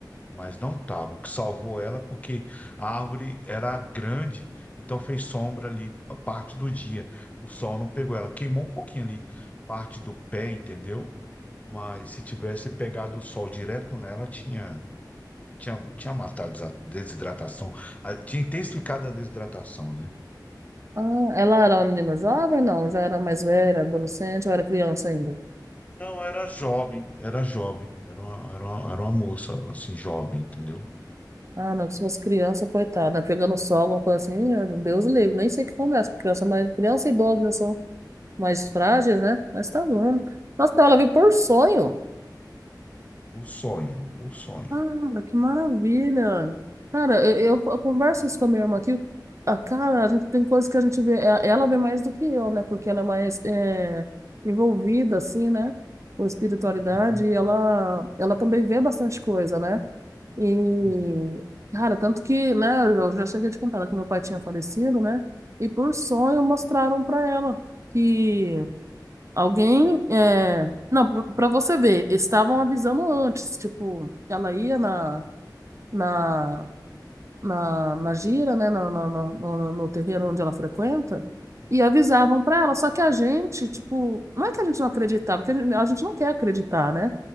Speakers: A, on the left (about 20°); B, on the right (about 40°).
A: mas não estava. O que salvou ela porque a árvore era grande, então fez sombra ali a parte do dia. O sol não pegou ela, queimou um pouquinho ali parte do pé, entendeu? Mas se tivesse pegado o sol direto nela, tinha tinha, tinha matado a desidratação, a- tinha intensificado a desidratação, né?
B: Ah, ela era uma menina jovem, não? Já era mais velha, adolescente, ou era criança ainda?
A: Não, era jovem, era jovem, era uma, era uma, era uma moça, assim, jovem, entendeu?
B: Ah, não, se fosse criança, coitada, pegando sol, alguma coisa assim, eh, Deus livre, nem sei que começa, criança, mas criança e idoso, né, são mais frágeis, né? Mas tá bom. Nossa, então ela veio por sonho.
A: Por sonho, por sonho.
B: Cara, que maravilha! Cara, eu, eu- eu converso isso com a minha irmã aqui. Ah, cara, a gente tem coisas que a gente vê, é- ela vê mais do que eu, né? Porque ela é mais é, envolvida, assim, né? Com espiritualidade,
A: Uhum,
B: e ela, ela também vê bastante coisa, né? E,
A: uhum,
B: cara, tanto que, né? Eu já cheguei a te contar né, que meu pai tinha falecido, né? E por sonho mostraram pra ela que alguém, é, não, pra pra você ver, estavam avisando antes, tipo, ela ia na na, na, na gira, né, na- na- na- no, no, terreiro onde ela frequenta, e avisavam para ela. Só que a gente, tipo, não é que a gente não acreditava, porque a gente a gente não quer acreditar, né?